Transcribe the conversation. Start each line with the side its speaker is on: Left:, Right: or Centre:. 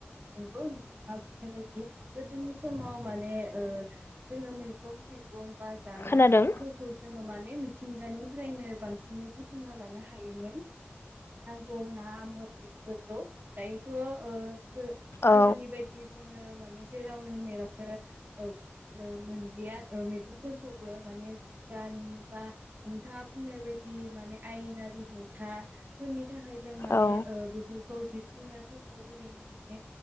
Right: नंगौ नोंथाङा बुंनाय बायदि गोदोनि समाव माने जोङो मैगं थाइगं <inaudible> बा जानायफोरखौ
Left: खोनादों
Right: जोङो माने मिथिंगानिफ्रायनो बांसिनै बुथुमना लानो हायोमोन। मानि नांगौ ना <unintelligible> थ' ओ गो-गोदोनि
Left: औ
Right: बायदि जोङो माने जेरावनो मेरावनो औ ओ मोनलिया ओ मैगंफोरखौबो माने जायगानि बा नोंथाङा बुंनाय बायदि माने आयेनारि हेंथाफोरनि थाखाय जों माने
Left: औ
Right: ओ बेफोरखौ जि <unintelligible> खौ ओरैनो माने